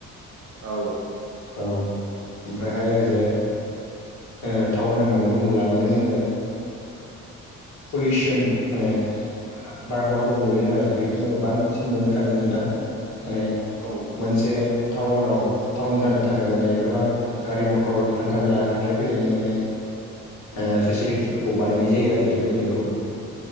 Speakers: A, on the right; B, on the left.
A: औ
B: औ ओमफ्रायहाय ओरैजाय ओ टाउन होननानै बुङोब्ला माने जोङो पलिउसन माने बारहावा गुबुंले जानाय बेखौ जोङो बां सिन मोननो
A: उम
B: थाङो नोंथां माने
A: औ
B: मोनसे टाउनाव टाउन जानो थाखाय माने गोबां गारि मटर हान्था मेला थांलाय फैलायनि माने ओ फेसिलिटिसफोरखौ बानायनाय जायो आरो डेभेलपमेन्टखौ